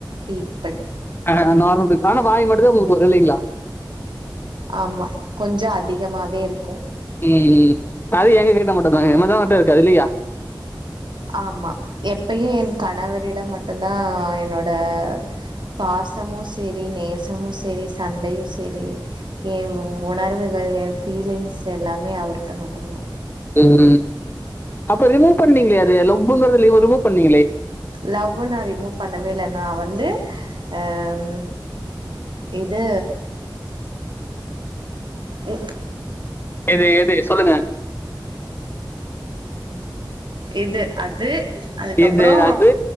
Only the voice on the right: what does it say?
பீப்பிள்
ஆமா கொஞ்ச அதிகமாவே இருக்கு
ஆமா எப்பையு என் கணவரிடம் மட்டுந்தா என்னோட பாசமு செரி நேசமு செரி சண்டையு செரி எ உணர்வுகள் எ ஃபீலிங்ஸ் எல்லாமே அவர் கிட்ட மட்டுந்தா
லவ்வு நா ரிமூவ் பண்ணவே இல்ல நா வந்து அம் இது ம்
இது அது அதுக்கு
அப்பறோ